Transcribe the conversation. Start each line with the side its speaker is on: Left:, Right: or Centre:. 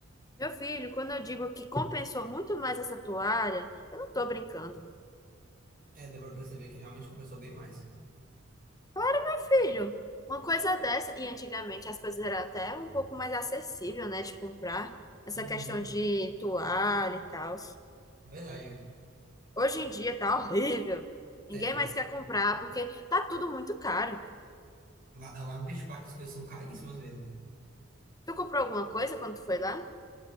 Left: Meu filho, quando eu digo que compensou muito mais essa toalha, eu não tô brincando.
Right: É, deu pra perceber que realmente compensou bem mais.
Left: Claro, meu filho. Uma coisa dessa, e antigamente as coisas eram até um pouco mais acessível, né, de comprar, essa
Right: Uhum.
Left: questão de toalha e tal.
Right: É verdade.
Left: Hoje em dia tá horrível. Ninguém
Right: É.
Left: mais quer comprar porque tá tudo muito caro.
Right: Lá, lá no Beach Park as coisas são caríssimas mesmo.
Left: Tu comprou alguma coisa quando tu foi lá?